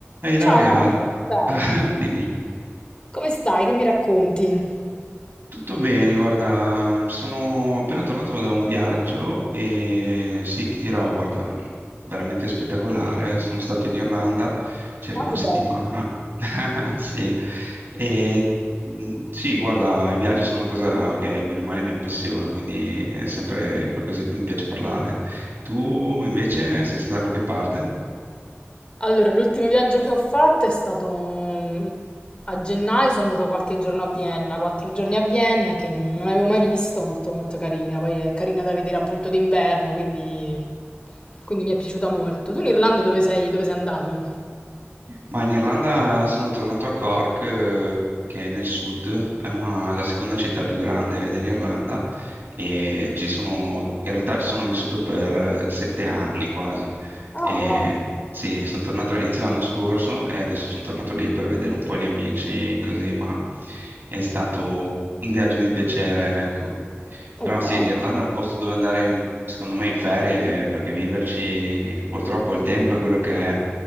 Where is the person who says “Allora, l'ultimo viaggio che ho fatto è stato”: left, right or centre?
Left